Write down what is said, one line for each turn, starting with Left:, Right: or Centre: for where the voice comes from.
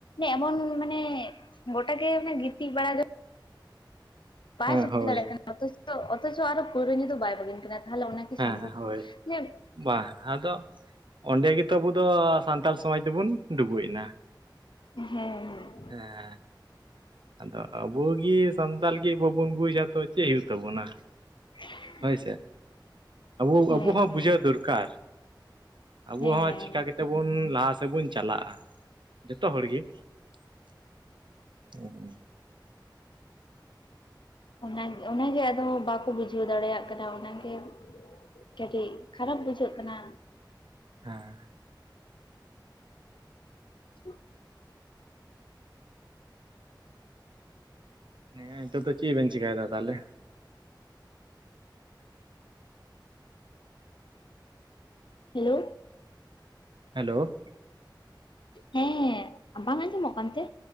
Left: ᱮᱢᱚᱱ ᱢᱟᱱᱮ ᱜᱚᱴᱟ ᱜᱮ ᱢᱟᱱᱮ ᱜᱤᱛᱤᱡ ᱵᱟᱲᱟ ᱵᱟᱭ
Right: ᱦᱮᱸ
Left: ᱥᱚᱡᱷᱮ
Right: ᱦᱳᱭ
Left: ᱫᱟᱲᱮᱭᱟᱜ ᱠᱟᱱᱟ ᱚᱛᱷᱚᱪᱚ ᱚᱛᱷᱪᱚ ᱟᱨᱚ ᱯᱳᱣᱨᱟᱹ ᱧᱩ ᱫᱚ ᱵᱟᱭ ᱵᱟᱹᱜᱤᱱ ᱠᱟᱱᱟ ᱛᱟᱦᱚᱞᱮ ᱚᱱᱟ ᱠᱤ ᱥᱚᱢᱵᱷᱚᱵ
Right: ᱦᱮᱸ ᱦᱳᱭ
Left: ᱢᱟᱱᱮ
Right: ᱵᱟᱝ ᱟᱫᱚ ᱚᱸᱰᱮ ᱜᱮᱛᱚ ᱟᱵᱚ ᱫᱚ ᱥᱟᱱᱛᱟᱲ ᱥᱚᱢᱟᱡᱽ ᱫᱩᱵᱚᱱ ᱰᱩᱵᱩᱡ ᱮᱱᱟ᱾
Left: ᱦᱮᱸ ᱦᱮᱸ
Right: ᱦᱮᱸ ᱟᱫᱚ ᱟᱵᱚ ᱜᱮ ᱥᱟᱱᱛᱟᱞ ᱜᱮ ᱵᱟᱵᱚᱱ ᱵᱩᱡᱟ ᱛᱚ ᱪᱮᱫ ᱦᱩᱭᱩᱜ ᱛᱟᱵᱚᱱᱟ᱾
Left: <inaudible>
Right: ᱦᱚᱭ ᱥᱮ ᱟᱵᱚ
Left: ᱦᱮᱸ
Right: ᱟᱵᱚ ᱦᱚᱸ
Left: ᱦᱮᱸ
Right: ᱵᱩᱡᱷᱟᱹᱣ ᱫᱚᱨᱠᱟᱨ ᱟᱵᱚ
Left: ᱦᱮᱸ ᱦᱮᱸ
Right: ᱦᱚᱸ ᱪᱤᱠᱟ ᱠᱟᱛᱮ ᱛᱮᱵᱚᱱ ᱞᱟᱦᱟ ᱥᱮᱫ ᱵᱚᱱ ᱪᱟᱞᱟᱜᱼᱟ᱾ ᱡᱚᱛᱚ ᱦᱚᱲ ᱜᱮ <unintelligible>
Left: ᱚ ᱚᱱᱟᱜᱮ ᱟᱫᱚ ᱵᱟᱠᱚ ᱵᱩᱡᱷᱟᱹᱣ ᱫᱟᱲᱮᱭᱟᱜ ᱠᱟᱱᱟ ᱚᱱᱟᱜᱮ ᱠᱟᱹᱴᱤᱡ ᱠᱷᱟᱨᱟᱯ ᱵᱩᱡᱷᱟᱹᱜ ᱠᱟᱱᱟ᱾
Right: ᱦᱮᱸ
Left: <unintelligible>
Right: ᱦᱮᱸ ᱱᱤᱛᱳ ᱫᱚ ᱪᱮᱫ ᱵᱮᱱ ᱪᱮᱠᱟᱭᱮᱫᱟ ᱛᱟᱦᱚᱞᱮ
Left: <unintelligible> ᱦᱮᱞᱳ
Right: ᱦᱮᱞᱳ
Left: ᱦᱮᱸ ᱵᱟᱝ ᱟᱸᱡᱚᱢᱚᱜ ᱠᱟᱱᱛᱮ